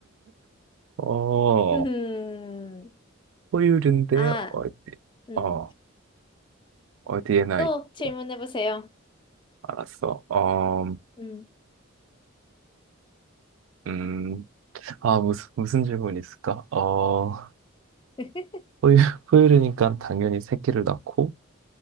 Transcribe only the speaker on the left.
음.
아,
음.
또
질문해보세요.
음.
<laughs>